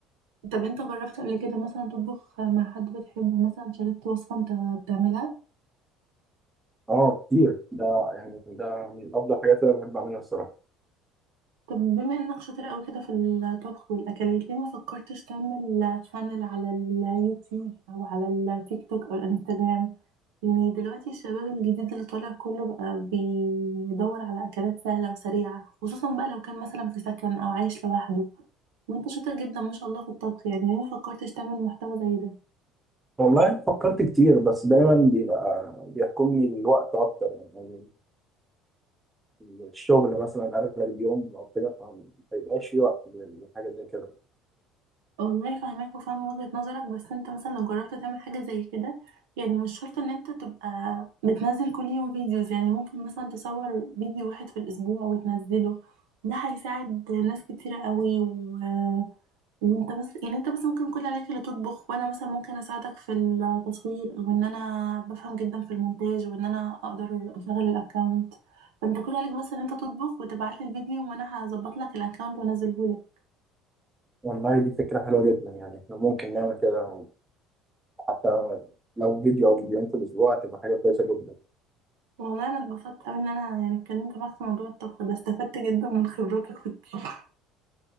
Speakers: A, on the right; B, on the right.
A: طب انت جربت قبل كده مثلا تطبخ مع حد بتحبه مثلا شاركت وصفة انت بتعملها
B: اه كتير ده يعني ده من أفضل الحاجات اللي أنا بحب أعملها الصراحة
A: طب بما انك شاطر قوي كده في الطبخ والاكلات ليه ما فكرتش تعمل شانل على اليوتيوب او على التيك توك او الانستجرام يعني دلوقتي الشباب الجديد اللي طالع كله بقى بيدور على اكلات سهله وسريعه خصوصا بقى لو كان مثلا في سكن او عايش لوحده وانت شاطر جدا ما شاء الله في الطبخ يعني ليه ما فكرتش تعمل محتوى زي ده
B: والله فكرت كتير بس دايما بيبقى بيحكمني الوقت أكتر يعني يعني الشغل مثلا أغلب اليوم أو كده فما بيبقاش في وقت لحاجة زي كده
A: والله فاهماك وفاهمة وجهة نظرك بس انت مثلا لو جربت تعمل حاجة زي كده يعني مش شرط ان انت تبقى بتنزل كل يوم فيديوز يعني ممكن مثلا تصور فيديو واحد في الاسبوع وتنزله ده هيساعد ناس كتيرة قوي و... وانت بس يعني انت بس ممكن كل عليك اللي تطبخ وانا مثلا ممكن اساعدك في التصوير او ان انا بفهم جدا في المونتاج وان انا اقدر اشغل الاكونت فانت كل عليك بس ان انت تطبخ وتبعت لي الفيديو وانا هظبط لك الاكونت وانزله لك.
B: والله دي فكرة حلوة جدا يعني احنا ممكن نعمل كده حتى لو فيديو أو فيديوهين في الأسبوع هتبقى حاجة كويسة جدا
A: والله انا اتبسطت قوي ان انا يعني اتكلمت معاك في موضوع الطبخ ده استفدت جدا من خبراتك في الطبخ